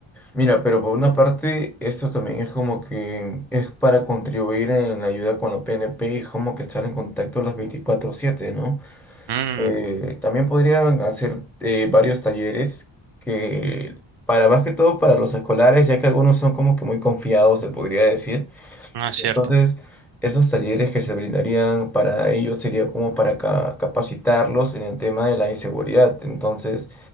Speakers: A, in the centre; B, on the right.
A: Mira, pero por una parte, esto también es como que es para contribuir en la ayuda con la PNP y como que estar en contacto las veinticuatro siete, ¿no?
B: Mm,
A: Eh, también podrían hacer eh, varios talleres que, para más que todo para los escolares, ya que algunos son como que muy confiados, se podría decir
B: no es
A: Entonces,
B: cierto.
A: esos talleres que se brindarían para ellos sería como para ca- capacitarlos en el tema de la inseguridad. Entonces,